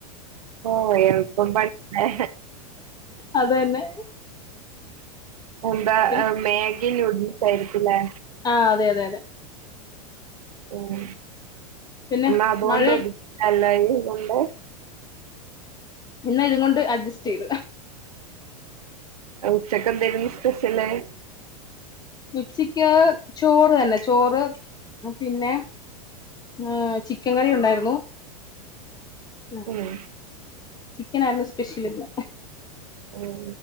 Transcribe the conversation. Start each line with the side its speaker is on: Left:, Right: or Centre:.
Right: ഓഹ് എൾപ്പപണിലെ.
Left: അതന്നെ.
Right: <inaudible> എന്താ
Left: പി
Right: മാഗി ന്യൂഡിൽസ് ആയിരിക്കുല്ലേ?
Left: ആഹ് അതെ അതെ അതെ.
Right: ഉം
Left: പിന്നെ
Right: ഇന്നതോണ്ടൊത്
Left: മഴ
Right: അല്ല ഇതോണ്ട്.
Left: ഇന്ന് അതുംകൊണ്ട് അഡ്ജസ്റ്റൈയ്തു.
Right: ആഹ് ഉച്ചക്കെന്തേന്ന് സ്പെഷ്യല്? <inaudible>
Left: ഉച്ചക്ക് ചോറന്നെ ചോറ് പിന്നെ. ഏഹ് ചിക്കൻ കറി ഉണ്ടായിരുന്നു. ആഹ്
Right: ഉം
Left: ചിക്കൻ ആയിരുന്നോ സ്പെഷ്യല്ന്ന്
Right: ഉം